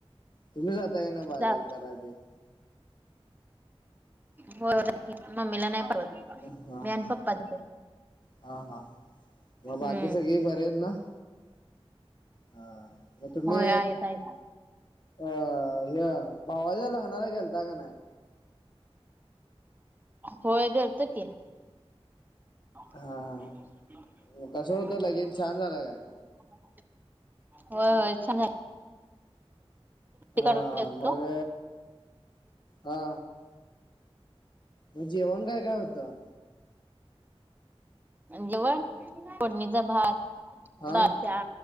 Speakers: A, on the left; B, on the right.
A: तुम्ही जाताय का नाही बाजार
B: जा
A: कराय तेन.
B: होय जातोय की मम्मीला नाही पाठवत.
A: हा
B: मी
A: -हा
B: आणि पप्पाच आहे
A: -हा -हा. मग
B: हम्म
A: बाकी सगळी बरे आहेत ना. हा मग तुम्ही
B: होय आहेत आहेत
A: अ हे. भावाच्या लग्नाला गेलता का नाही.
B: होय गेलतो की. <inaudible>
A: हा कसं होतं लगीन छान झालं काय
B: होय जाते.
A: हा
B: काढून गेलतो
A: मग हा. मग जेवण काय काय होतं.
B: जेवण फोडणीचा भात
A: हा
B: दालच्या,